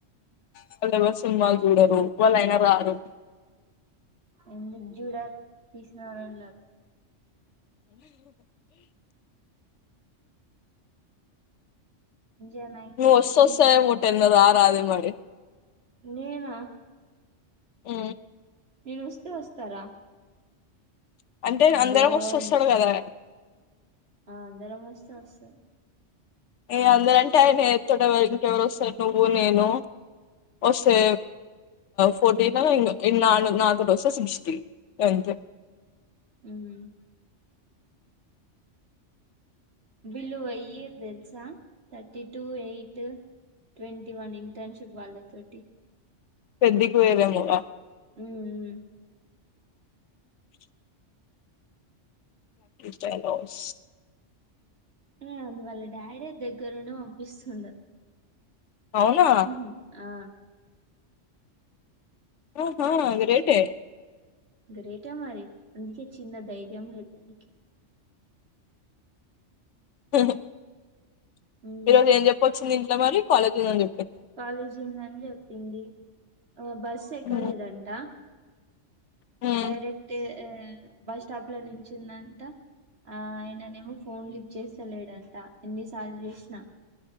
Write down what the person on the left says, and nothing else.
వాళ్లెవర్ సినిమాల్ జూడరు వాళ్ళైన రారు.
నువ్ వస్త
వస్త
అనే ముట్టె నువ్ ఆ రా రాదే మరి
ఉ
అంటే అందరం
వస్త వస్తాడు కదా
ఈ అందరంటే ఆయన ఎ తోడవళ ఇంకెవరు వస్తారు నువ్వు నేను వస్తే ఫోర్టీనా ఇంగ నాలు వస్ సిక్స్టీ గంతే
పెద్దికి పోఏదేమురా
టలవస్
అవునా
ఆహా అ రేటే
హహ
ఈ రోజు ఏం చెప్పొచ్చి ఇంట్లో మరి కాలేజ్ లేద్
హ్మ్ హ్మ్